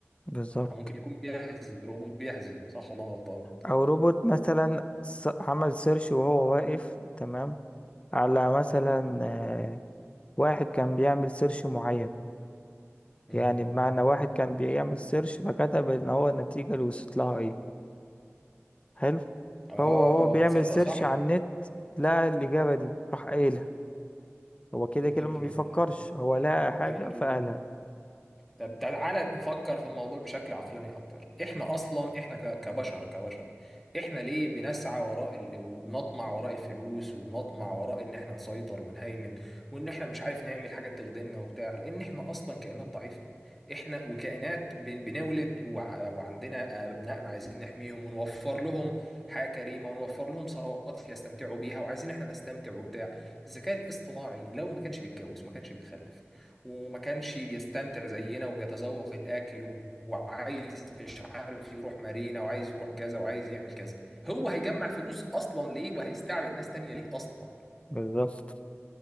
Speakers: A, on the left (about 25°); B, in the centre.
A: بالظبط
B: ممكن يكون بيهزي روبوت بيهزي صح ولا انا غلطان
A: او روبوت مثلا س- عمل سيرش وهو واقف تمام على مثلا آه، واحد كان بيعمل سيرش معين
B: امم
A: يعني بمعنى واحد كان بيعمل سيرش فكتب ان هو النتيجة اللي وصلت لها ايه حلو
B: اه
A: فهو هو بيعمل
B: تصدق
A: سيرش
B: صح
A: على النت لقى الإجابة دي راح قايلها هو كده
B: جميل
A: كده ما بيفكرش
B: جدا
A: هو لقى حاجة
B: جميل
A: فقالها
B: جدا طب تعالى نفكر في الموضوع بشكل عقلاني اكتر احنا اصلا احنا ك- كبشر كبشر احنا ليه بنسعى وراء ال... وبنطمع وراء الفلوس وبنطمع وراء ان احنا نسيطر ونهيمن وان احنا مش عارف نعمل حاجات تخدمنا وبتاع لان احنا اصلا كائنات ضعيفة احنا وكائنات ب... بنولد وع... وعندنا ابنائنا عايزين نحميهم ونوفر لهم حياة كريمة ونوفر لهم ثروات يستمتعوا بيها وعايزين احنا نستمتع وبتاع الذكاء الاصطناعي لو ما كانش بيتجوز وما كانش بيتخلف وما كانش بيستمتع زينا وبيتذوق الأكل وعايز مش عارف يروح مارينا وعايز يروح كذا وعايز يعمل كذا هو هيجمع فلوس أصلا ليه وهيستعبد ناس تانية ليه أصلا
A: بالظبط